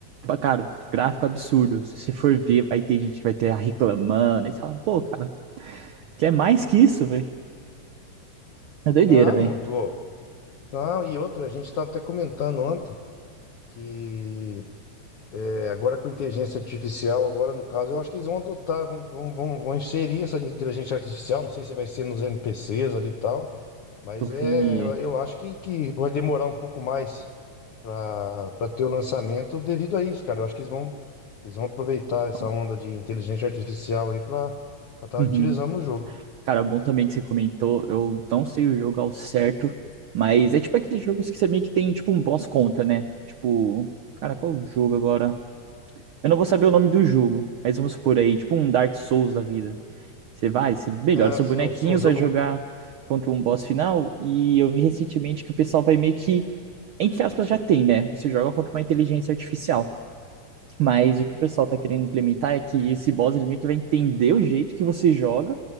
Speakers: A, on the right (about 80°); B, on the left (about 65°).
A: Pá, Cara, gráfico é absurdo. Se você for ver, vai ter gente que vai ter reclamando. Aí você fala, pô, cara, quer mais que isso, velho? É doideira,
B: Ah,
A: velho.
B: não, tô. Não, e outra, a gente estava até comentando ontem que é, agora com inteligência artificial, agora no caso, eu acho que eles vão adotar, vão, vão, vão, vão inserir essa inteligência artificial, não sei se vai ser nos NPCs ali e tal, mas
A: Eu vi.
B: é, eu acho que, que vai demorar um pouco mais para para ter o lançamento devido a isso, cara. Eu acho que eles vão, eles vão aproveitar
A: Não.
B: essa onda de inteligência artificial aí para estar
A: Uhum.
B: utilizando no jogo.
A: Cara, bom também que você comentou. Eu não sei o jogo ao certo, mas é tipo aqueles jogos que você meio que tem tipo um boss contra, né? Tipo, cara, qual o jogo agora? Eu não vou saber o nome do jogo, mas vamos supor aí, tipo um Dark Souls da vida. Você vai, você melhora
B: É,
A: seu
B: assim,
A: bonequinho,
B: um, um
A: você
B: jogo
A: vai jogar contra um boss final. E eu vi recentemente que o pessoal vai meio que, entre aspas, já tem, né? Você joga contra uma inteligência artificial. Mas o que o pessoal tá querendo implementar é que esse boss ele meio que vai entender o jeito que você joga